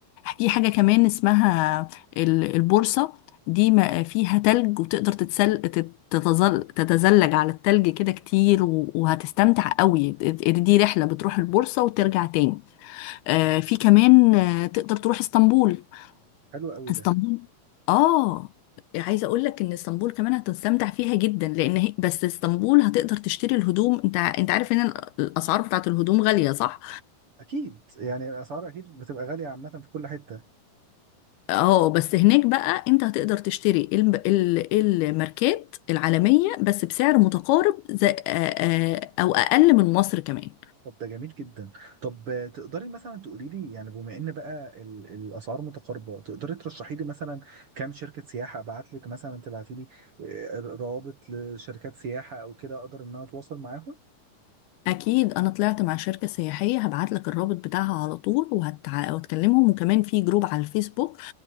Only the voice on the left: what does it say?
في حاجة كمان اسمها ال- البورصة دي ما- فيها تلج وتقدر تتسل تت- تتزل... تتزلج على التلج كده كتير و... وهتستمتع قوي دي رحلة بتروح البورصة وترجع تاني آه، في كمان آه، تقدر تروح اسطنبول
اسطنبول
اه عايزه اقول لك ان اسطنبول كمان هتستمتع فيها جدا لان هي بس اسطنبول هتقدر تشتري الهدوم انت ع- انت عارف ان ال- الاسعار بتاعت الهدوم غاليه صح
اه بس هناك بقى انت هتقدر تشتري الم- ال- الماركات العالميه بس بسعر متقارب زي آه، آه، او اقل من مصر كمان
اكيد انا طلعت مع شركه سياحيه هبعت لك الرابط بتاعها على طول وهتع... وهتكلمهم وكمان في جروب على الفيسبوك